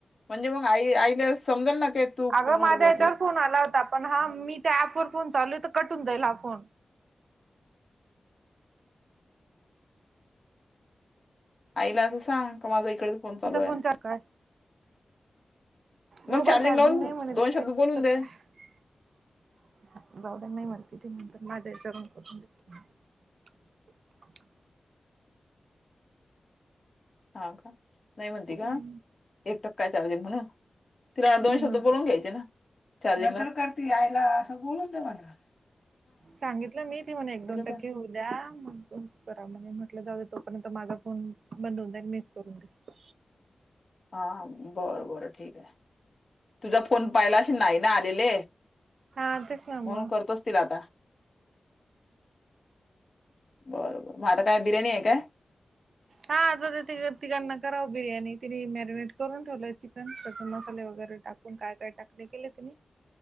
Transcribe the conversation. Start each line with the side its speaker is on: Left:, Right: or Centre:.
Left: म्हणजे मग आई आईला समजेल ना की तू
Right: अगं
Left: फोनवर
Right: माझा
Left: बोलते
Right: ह्याच्यावर फोन आला होता पण हा मी त्या ऍपवर फोन चालू हे तर कटून जाईल हा फोन
Left: आईला असं सांग का माझा इकडे चालू
Right: तुझा
Left: आहे
Right: फोन तर कर
Left: मग
Right: मोबाईल चार्जिंग
Left: लावून
Right: नाही म्हणे
Left: दोन
Right: तिचा
Left: शब्द
Right: एकच
Left: बोलून
Right: टक्का
Left: दे
Right: आहे जावदे नाही म्हणती त नंतर माझ्या हेच्या वरून करून देत करतो मग नंतर
Left: हो का नाही म्हणती
Right: देते
Left: का एक टक्का चार्जिंग म्हणून तिला दोन
Right: हम्म
Left: शब्द बोलून घ्यायचे ना चालेल ना. नंतर करती आईला असं द्याव ना
Right: सांगितलं मी तिला एक दोन टक्के
Left: तर
Right: होऊ द्या मग करायला येईल म्हटलं जाऊ द्या तोपर्यंत माझा फोन बंद होऊन जाईल मिच करून देईल
Left: हा बरं बरं ठीक आहे तुझा फोन पाहिला अशील ना आलेले
Right: हा तेच ना मग
Left: म्हणून करतोच तिला आता बर बर मग आता काय बिर्याणी आहे काय
Right: हा आता तिघ. तिघांना कराव बिर्याणी तिने मॅरिनेट करून ठेवलंय चिकन टाकून मसाले वगैरे बर टाकून काय काय टाकलं केले तिने